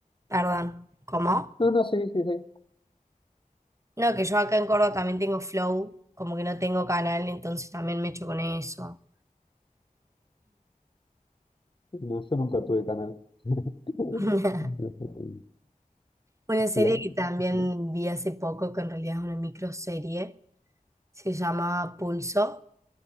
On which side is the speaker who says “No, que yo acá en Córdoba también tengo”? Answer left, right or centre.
Right